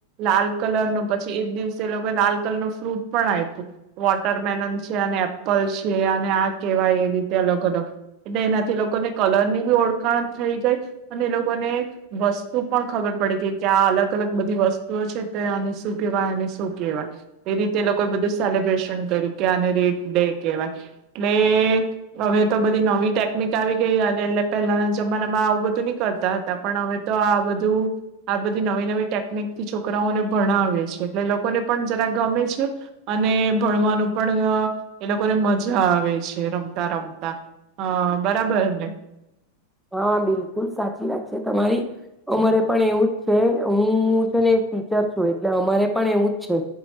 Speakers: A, on the right; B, in the centre.
A: લાલ કલર નો, પછી ઈ જ દિવસે એ લોકોએ લાલ કલર નું ફ્રૂટ પણ આયપુ. વોટર મેલન છે, અને એપલ છે, અને આ કેવાય એ રીતે અલગ-અલગ, એટલે એનાથી એ લોકોને કલર ની બી ઓળખાણ થઈ જાય અને એ લોકોને વસ્તુ પણ ખબર પડે કે કે આ અલગ-અલગ બધી વસ્તુઓ છે તે આને શું કહેવાય, આને શું કહેવાય એ રીતે એ લોકોએ બધું સેલિબ્રેશન કર્યું કે આને રેડ ડે કહેવાય. એટલે હવે તો બધી નવી ટેકનિક આવી ગઈ અને એટલે પહેલાના જમાનામાં આવું બધું નહી કરતા હતા પણ હવે તો આ બધું આ બધી નવી-નવી ટેકનિક થી છોકરાઓને ભણાવે છે એટલે લોકોને પણ જરા ગમે છે અને ભણવાનું પણ એ લોકોને મજા આવ વે છે રમતા રમતા અહ બરાબર ને?
B: હા બિલકુલ સાચી વાત છે તમારી, અમારે પણ એવું જ છે હું છે ને એક ટીચર છું, એટલે અમારે પણ એવું જ